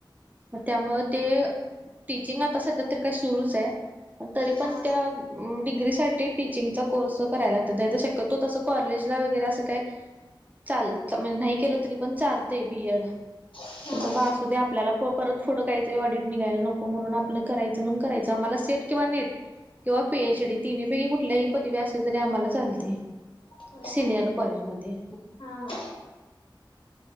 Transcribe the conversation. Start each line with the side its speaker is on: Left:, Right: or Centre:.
Right: मग त्यामुळे ते टीचिंग आता सध्या तरी काही सुरूच आहे तरी
Left: हा
Right: पण त्या डिग्रीसाठी टीचिंगचा कोर्स कराय लागतात नाही तर शक्यतो तसं कॉलेजला वगैरे असं काय- चाल म्हणजे नाही केलं तरी पण चालते बीएड.
Left: हा
Right: बाबा असु दे आपल्याला परत थोडं काहीतरी ऑडिट निघायला नको म्हून आपलं करायचं म्हण करायचं आम्हाला सेट. किंवा नेट किंवा पीएच डी तिन्ही पैकी कुठल्याही पदवी असल्या तरी आम्हाला चालते.
Left: होय
Right: सिनियर
Left: का
Right: कॉलेजमध्ये
Left: हा हा